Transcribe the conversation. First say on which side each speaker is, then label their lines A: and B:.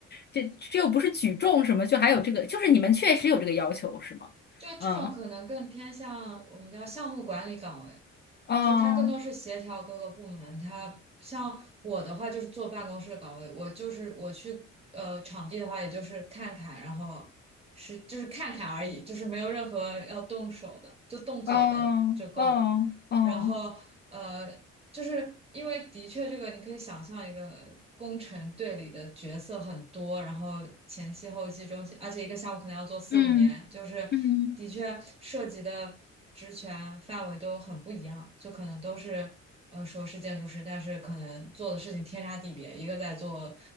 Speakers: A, on the left; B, on the right.
A: 这这又不是举重什么，就还有这个，就是你们确实有这个要求是吗？
B: 就这种可能更偏向我们叫项目管理岗位，
A: 嗯，哦
B: 就它更多是协调各个部门。它像我的话就是坐办公室的岗位，我就是我去呃场地的话，也就是看看，然后是就是看看而已，就是没有任何要动手的，就动嘴的就够了。
A: 哦哦哦，
B: 然后。呃。就是因为的确，这个你可以想象一个工程队里的角色很多，然后前期、后期、中期，而且一个项目可能要做四五年，
A: 嗯
B: 就是的确涉及的职权范围都很不一样，
A: 嗯，
B: 就可能都是呃说是建筑师，但是可能做的事情天差地别，一个在做